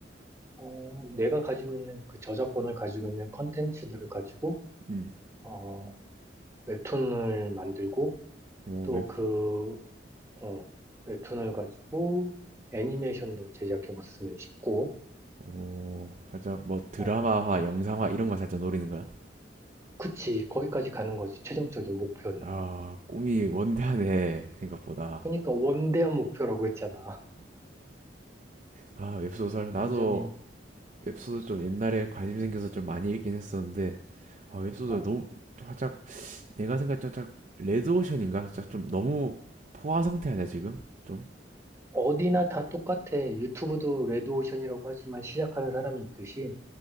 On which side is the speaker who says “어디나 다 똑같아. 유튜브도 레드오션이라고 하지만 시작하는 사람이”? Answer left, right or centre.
Right